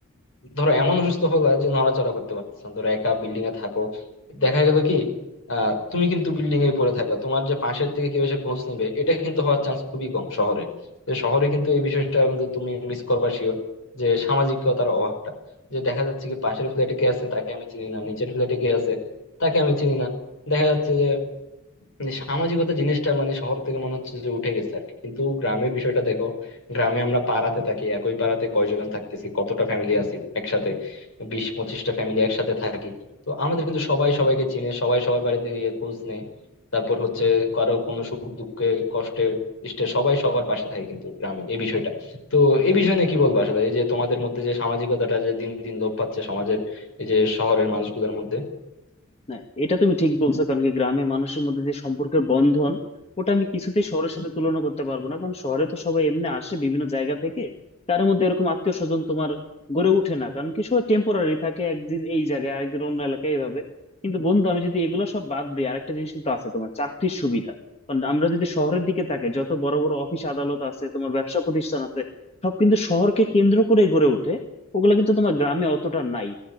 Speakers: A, on the left (about 65°); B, on the left (about 30°).
A: ধরো এমন অসুস্থ হলা যে নড়াচড়া করতে পারতেছ না ধরো একা বিল্ডিং এ থাকো দেখা গেল কি আহ তুমি কিন্তু বিল্ডিং এ পড়ে থাকবা তোমার যে পাশের থেকে কেউ এসে খোঁজ নিবে এটা কিন্তু হওয়ার চান্স খুবই কম শহরে যে শহরে কিন্তু এই বিষয়টা কিন্তু তুমি মিস করবা শিওর যে সামাজিকতার অভাবটা যে দেখা যাচ্ছে কি পাশের ফ্ল্যাটে কে আছে তাকে আমি চিনি না নিচের ফ্ল্যাটে কে আছে তাকে আমি চিনি না দেখা যাচ্ছে যে মানে সামাজিকতা জিনিসটা মানে শহর থেকে মনে হচ্ছে যে উঠে গেছে আর কি। কিন্তু গ্রামের বিষয়টা দেখো গ্রামে আমরা পাড়াতে থাকি একই পাড়াতে কয়জন থাকতেছি কতটা ফ্যামিলি আছি একসাথে বিশ পঁচিশটা ফ্যামিলি একসাথে থাকি তো আমাদের কিন্তু সবাই সবাইকে চিনে সবাই সবার বাড়িতে গিয়ে খোঁজ নেয় তারপর হচ্ছে কারো কোনো সুখ দুঃখে কষ্টে ইষ্টে সবাই সবার পাশে থাকে কিন্তু গ্রামে এই বিষয়টা তো এই বিষয় নিয়ে কি বলবো আসলে এই যে তোমাদের মধ্যে যে সামাজিকতাটা যে দিন দিন লোপ পাচ্ছে সমাজের এই যে শহরের মানুষগুলোর মধ্যে
B: না এটা তুমি ঠিক বলছো কারণ কি গ্রামে মানুষের মধ্যে যে সম্পর্কের বন্ধন ওটা আমি কিছুতেই শহরের সাথে তুলনা করতে পারবো না কারণ শহরে তো সবাই এমনি আসে বিভিন্ন জায়গা থেকে তার মধ্যে এরকম আত্মীয় স্বজন তোমার গড়ে ওঠে না কারণ কি সবাই টেম্পোরারি থাকে একদিন এই জায়গায় আরেকদিন অন্য এলাকায় এইভাবে কিন্তু বন্ধু আমি যদি এগুলো সব বাদ দিই আরেকটা জিনিস কিন্তু আছে তোমার চাকরির সুবিধা কারণ আমরা যদি শহরের দিকে তাকাই যত বড় বড় অফিস আদালত আছে তোমার ব্যবসা প্রতিষ্ঠান আছে সব কিন্তু শহরকে কেন্দ্র করে গড়ে ওঠে ওগুলো কিন্তু তোমার গ্রামে অতটা নাই